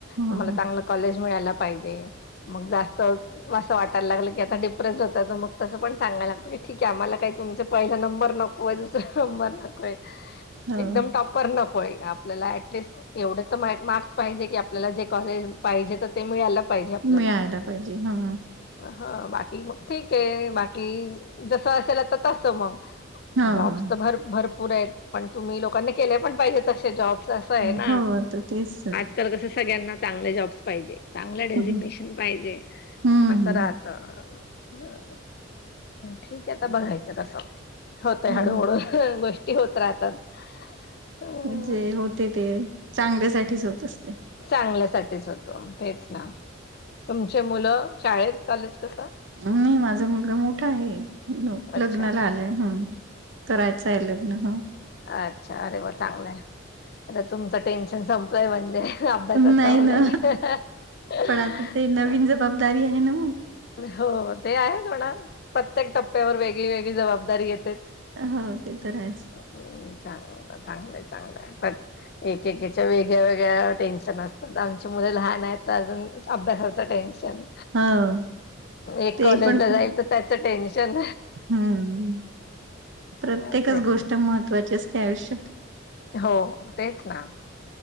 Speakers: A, on the left (about 50°); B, on the right (about 60°).
A: तुम्हाला
B: ह ह
A: चांगलं कॉलेज मिळायला पाहिजे. मग जास्त असं वाटायला लागत की आता डिफ्रेश होतात, तर मग तसं पण सांगायला लागतं. ठीक आहे आम्हाला काही तुमच पहिला नंबर नकोय, दुसरा नंबर नकोय
B: हो
A: एकदम टॉप पर नकोय आपल्याला ऍटलीस्ट एवढं तर मार्क्स पाहिजे की आपल्याला जे कॉलेज पाहिजे तर ते मिळायला पाहिजे. आपल्याला
B: मिळायला पाहिजे हा.
A: ह बाकी मग ठीक आहे, बाकी जस असेल तर तसं मगं.
B: हा
A: जॉब्स
B: हा
A: तर भर भरपूर आहेत, पण तुम्ही लोकांनी केले पण पाहिजे तसे जॉब्स. असं
B: हो
A: आहे ना.
B: हो आता तेच
A: तर कसं सगळ्यांना चांगले जॉब्स पाहिजे, चांगलं डेझिग्नेशन
B: हं हं.
A: पाहिजे,
B: हम्म
A: असं
B: हम्म.
A: राहत. हा. ठीक आहे आता बघायचं कसं. होतय हळूहळू
B: हो
A: गोष्टी होत राहतात. अ
B: म्हणजे होते ते चांगल्यासाठीच होत असते.
A: चांगल्यासाठीच होतो तेच ना, तुमचे मुलं शाळेत, कॉलेज कसं.
B: नाही माझा मुलगा मोठा आहे.
A: अच्छा
B: लग्नाला आलाय आहे, हम करायचं आहे लग्न हा.
A: अच्छा अरे मग चांगलंय अरे तुमचं टेन्शन संपलंय म्हणजे. अभ्यासाचं
B: नाही
A: वगैरे
B: ना
A: चांग
B: पण आता ते नवीन जबाबदारी आहे ना मग.
A: हो ते आहेथोडा प्रत्येक टप्प्यावर वेगळी वेगळी जबाबदारी येतेच.
B: हो ते तर आहेच.
A: हो चांग चांगलंय चांगलंय खत एकेकीच्या वेगळ्या वेगळ्या टेन्शन असतात आमच्या मुले लहान आहेत. तर अजून अभ्यासाच टेनशन
B: हो
A: एक
B: ते
A: कॉलेजला
B: पण खूप
A: जाए तर त्याचं टेन्शन.
B: हम्म प्रत्येकच
A: असं आहे.
B: गोष्ट महत्त्वाची असते आयुष्यात.
A: हो तेच ना.